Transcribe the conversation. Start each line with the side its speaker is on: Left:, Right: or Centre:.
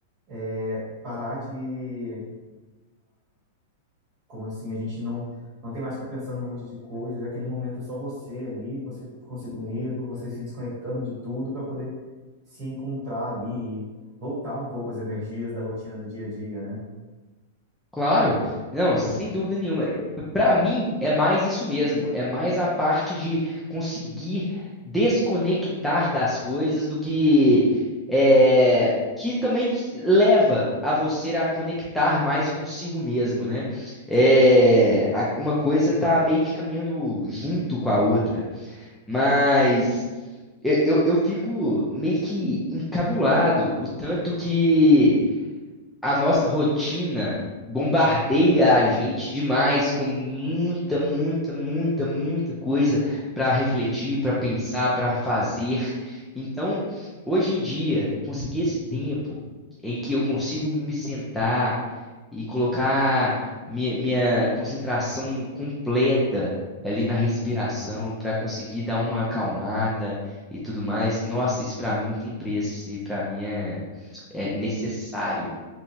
Right: é, parar de como assim? A gente não, não tem mais que ficar pensando num monte de coisas. É aquele momento só você ali, você consigo mesmo, você se desconectando de tudo para poder se encontrar ali e voltar um pouco as energias da rotina do dia a dia, né?
Centre: Claro, não, sem dúvida nenhuma. Para mim é mais isso mesmo, é mais a parte de conseguir desconectar das coisas do que é, que também te leva a você a conectar mais consigo mesmo, né? É, a- uma coisa tá meio que caminhando junto com a outra, mas eu, eu eu fico meio que encabulado o tanto que a nossa rotina bombardeia a gente demais com muita, muita, muita, muita coisa para refletir, para pensar, para fazer. Então, hoje em dia, conseguir esse tempo em que eu consigo me sentar e colocar minha, minha concentração completa ali na respiração para conseguir dar uma acalmada e tudo mais. Nossa, isso para mim não tem preço, isso aí para mim é é necessário.